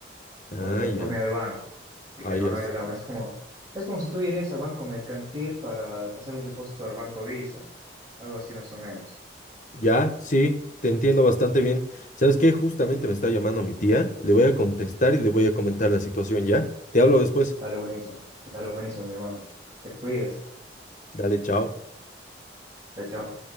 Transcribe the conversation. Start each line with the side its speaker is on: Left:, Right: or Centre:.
Left: Ah,
Right: O de-
Left: ya.
Right: por medio del banco. Así
Left: Ah,
Right: que
Left: ya.
Right: no, no
Left: s-
Right: hay drama. Es como, es como si tú irías al banco mercantil para hacer un depósito al banco Visa. Algo así más o menos.
Left: Ya, sí, te entiendo bastante bien. ¿Sabes qué? Justamente me está llamando mi tía. Le voy a contestar y le voy a comentar la situación, ¿ya? Te hablo después.
Right: Dale, buenísimo. Dale, buenísimo, mi hermano. Te cuidas.
Left: Dale, chao.
Right: Chao, chao.